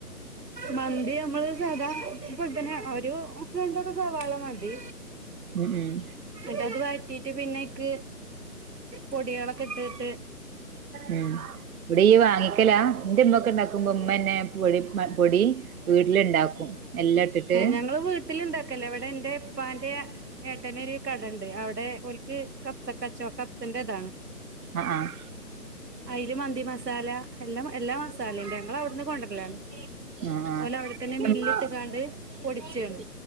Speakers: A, on the right; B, on the right.
A: മന്തി നമ്മള് സദാ പോലെതന്നെ ഒരു വലുതൊക്കെ സവാള മതി.
B: ഉം ഉം
A: എന്നിട്ട് അത് വയറ്റി റ്റീട്ട് പിന്നേക്ക് പൊടിയളൊക്കെ ഇട്ടിട്ട്
B: ഉം ഇവിടെയി വാ ങ്ങിക്കല എന്റെമ്മ ഒക്കെ ഉണ്ടാക്കുമ്പോ ഉമ്മന്നെ പൊടി പൊടി വീട്ടിലുണ്ടാക്കും. എല്ലാം ഇട്ടിട്ട്
A: ഞങ്ങള് വീട്ടിലുണ്ടാക്കല്ലേ ഇവിടെ എൻ്റെ ഉപ്പാന്റെ ഏട്ടന് ഒരു കട ഉണ്ട്. അവിടെ ഒൽ ക്ക് കപ്സ ക്കച്ചോ കപ്സൻ്റെ ഇതാണ്.
B: ആഹ് ആഹ്
A: അയില് മന്തി മസാല എല്ലാം എല്ലാ മസാലയും ഞങ്ങൾ അവിടന്ന് കൊണ്ടുവരലാണ്.
B: ആഹ് ആഹ്
A: ഓലവിടെത്തന്നെ മില്ല്
B: ഇമ്മ
A: ഇട്ട് കാണ്ട് പൊടിച്ചാണ്.